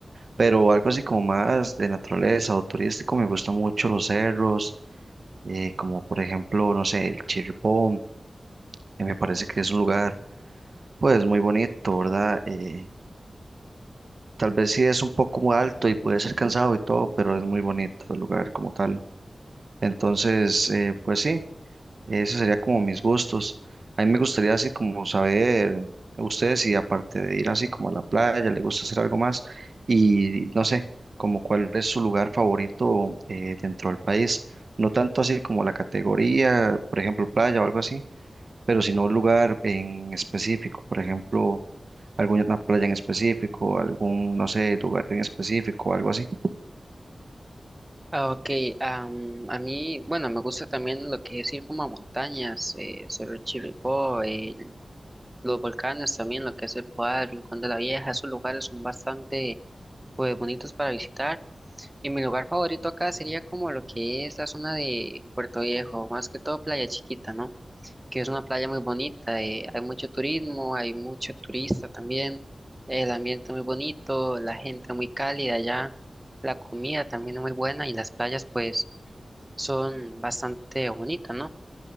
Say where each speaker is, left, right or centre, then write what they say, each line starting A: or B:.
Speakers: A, on the right; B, on the right.
A: pero algo así como más de naturaleza o turístico, me gusta mucho los cerros eh, como por ejemplo, no sé, el Chirripón, que me parece que es un lugar pues muy bonito, ¿verdad? Eh, tal vez sí es un poco alto y puede ser cansado y todo, pero es muy bonito el lugar como tal. Entonces, eh, pues sí, ese sería como mis gustos. A mí me gustaría así como saber ustedes si aparte de ir así como a la playa, le gusta hacer algo más y no sé, como cuál es su lugar favorito eh, dentro del país. No tanto así como la categoría, por ejemplo, playa o algo así, pero si no un lugar en específico, por ejemplo, alguna playa en específico, algún, no sé, lugar en específico, algo así.
B: Ah, Ok, am, a mí, bueno, me gusta también lo que es ir como a montañas, eh, Cerro Chirripó, eh, los volcanes también, lo que es el Poal, Rincón de la Vieja, esos lugares son bastante, pues, bonitos para visitar. Y mi lugar favorito acá sería como lo que es la zona de Puerto Viejo, más que todo Playa Chiquita, ¿no? que es una playa muy bonita, eh, hay mucho turismo, hay mucho turista también, el ambiente muy bonito, la gente muy cálida allá, la comida también es muy buena y las playas pues son bastante bonitas, ¿no?